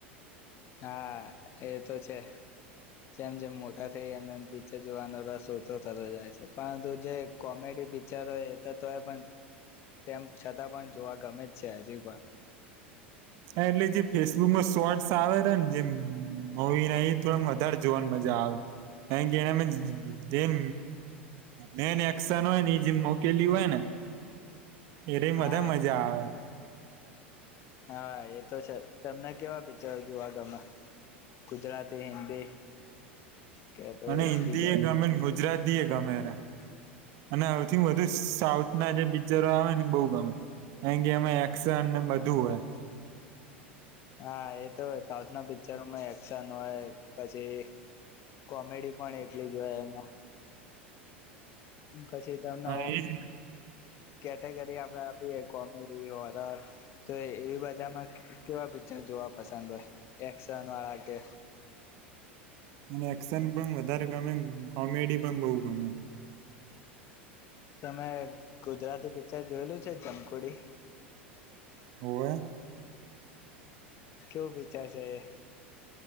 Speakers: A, on the left (about 45°); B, on the right (about 55°).
A: હા એ તો છે જેમ જેમ મોટા થઈ એમ એમ પિક્ચર જોવાનો રસ ઓછો થતો જાય છે પરંતુ જે કોમેડી પિક્ચર હોય એ તો તોય પણ તેમ છતાં પણ જોવા ગમે જ છે હજુ પણ.
B: હા એટલે જે ફેસબુકમાં શોર્ટસ આવે ને જેમ મોવીને એ થો વધારે જોવાની મજા આવે કારણ કે એના જેમ મેન એશન હોય ને એ જેમ મોકેલી હોય ને. એ ર બધા
A: હા
B: મજા આવે.
A: હા એ તો છે તમને કેવા પિક્ચર જોવા ગમે ગુજરાતી હિન્દી. કે ભાઈ
B: અને હિન્દી
A: બીજા
B: એ ગમેીન ગ. ગુજરા દિેગ મેરા. અને આઈ થિંક વધુ સાઉથ. ના જે પિક્ચરો આવે ને બહ ગમે અ કે અમે એક્શન ને બધું હોય.
A: હા એ તો સાઉથ ના પિક્ચરોમાં એક્શન હોય, પછી કોમેડી પણ એટલી જ હોય. એમાં--. પછી તમને
B: હા
A: એમ
B: એજ
A: કેટેગરી આપડે આપીએ કોમ નડી હોરર તો એવી બજામાં કેવા પિક્ચર જોવા પસંદ હોય? એક્શન વાળા કે
B: અને એક્શન પણ વધારે ગમે. કોમેડી પણ બહુ ગમે.
A: તમે ગુજરાતી પિક્ચર જોયેલું છે, જમકુડી?
B: ઓવે
A: કેવું વિચારશે એ